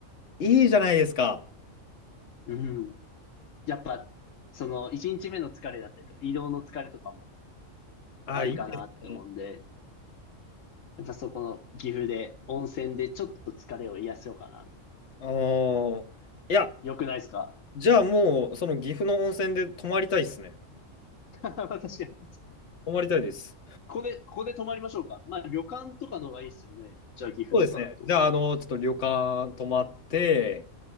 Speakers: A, on the left; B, on the left.
A: い、いいじゃないですか。
B: うん。やっぱ、その、一日目の疲れだったりとか、移動の疲れとかも
A: ああ、
B: あるかなって思うんで、
A: いいですね。
B: やっぱそこの岐阜で、温泉でちょっと疲れを癒やせようかな。
A: あーいや、
B: よくないですか
A: じゃあもう、その岐阜の温泉で泊まりたいですね。
B: <laughs> 確かに。
A: 泊まりたいです。
B: ここで、ここで泊まりましょうか。まあ、旅館とかの方がいいですよね。じゃあ、岐阜とかだと。
A: そうですね。じゃあ、あの、ちょっと旅館泊まって、